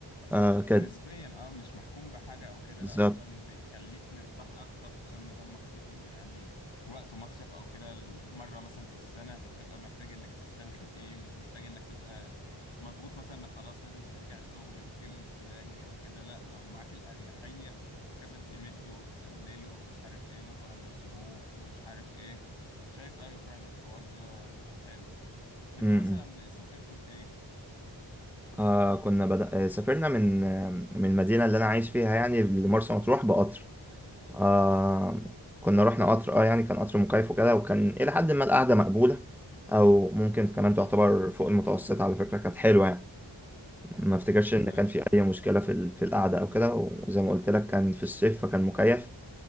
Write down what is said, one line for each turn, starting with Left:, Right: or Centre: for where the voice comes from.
Centre: آه كده
Left: فنسبيا اه مش محكوم بحاجة او كده
Centre: بالظبط
Left: ده اصلا بيخليك مرتاح اكتر خصوصا ان ده المفروض م- يعني وقت مصيف او كده مرة مثلا في السنة فبتبقى محتاج انك تسترخي فيه مش محتاج انك تبقى مضغوط مثلا انك خلاص لازم هترجع الشغل في يوم الفلاني او كده لا لو معاك الاريحية انك مثلا تمده تقلله مش عارف ايه نظرا للظروف مش عارف ايه شايف ايوه فعلا الحوار ده حلو طب انتوا
Centre: م- م.
Left: مثلا سافرتوا بايه؟
Centre: آه كنا بدأ... آه سافرنا من آه من المدينه اللي انا عايش فيها يعني لمرسى مطروح بقطر آه
Left: امم
Centre: كنا رحنا قطر اه يعني كان قطر مكيف وكده وكان الى حد ما القعده مقبوله او ممكن كمان تعتبر فوق المتوسط على فكره كانت حلوه يعني ما افتكرش ان
Left: لا
Centre: كان في اي مشكله في ال- في القعده او كده وزي ما قلت لك كان في الصيف فكان مكيف